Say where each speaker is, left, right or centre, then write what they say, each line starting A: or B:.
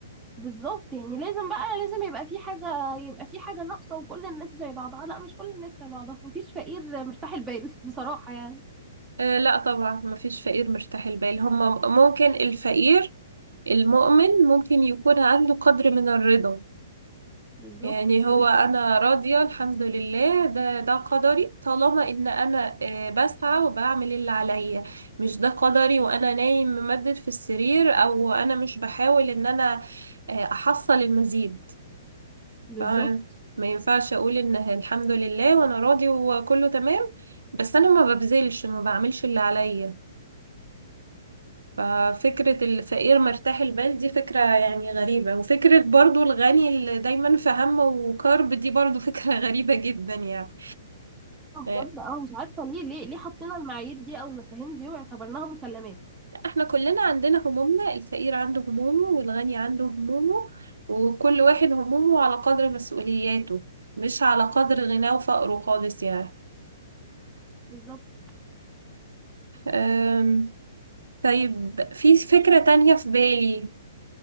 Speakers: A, on the right (about 15°); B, on the right (about 80°).
A: بالظبط يعني لازم بقى لازم يبقى في حاجه يبقى في حاجه ناقصه وكل الناس زي بعضها لا مش كل الناس زي بعضها مفيش فقير مرتاح البال <laughs> بصراحه يعني
B: إيه، لا طبعا مفيش فقير مرتاح البال هما ممكن الفقير المؤمن ممكن يكون عنده قدر من الرضا
A: بالظبط
B: يعني
A: بس
B: هو
A: مش
B: أنا راضية الحمد لله ده ده قدري طالما إن أنا آه، بسعى وبعمل اللي عليا مش ده قدري وأنا نايم ممدد في السرير أو أنا مش بحاول إن أنا آه، أحصل المزيد
A: بالظبط
B: ف- ما ينفعش أقول إن الحمد لله وأنا راضي وكله تمام بس أنا ما ببذلش ما بعملش اللي عليا ففكرة الفقير مرتاح البال دي فكرة يعني غريبة وفكرة برضو الغني اللي دايما في هم وكرب دي برضو فكرة <laughs> غريبة جدا يعني
A: آه،
B: آه،
A: بجد اه مش عارفه ليه ليه ليه حطينا المعايير دي او المفاهيم دي واعتبرناها مسلمات
B: احنا كلنا عندنا همومنا الفقير عنده همومه والغني عنده همومه وكل واحد همومه على قدر مسؤولياته مش على قدر غناه وفقره خالص يعني
A: بالظبط
B: أم، طيب في فكرة تانية في بالي